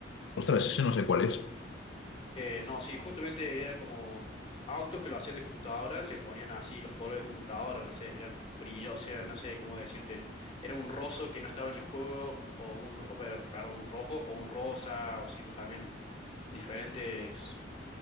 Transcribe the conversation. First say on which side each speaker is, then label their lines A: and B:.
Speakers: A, on the left; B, on the left.
A: Ostras, ese no sé cuál es.
B: Eh, no, sí, justamente era como autos que lo hacían de computadora, le ponían así los colores de computadora, no sé, eran brillos, o sea, no sé cómo decirte. Era un roso que no estaba en el juego, o un, ro- per- perdón, un rojo, o un rosa, o sino también diferentes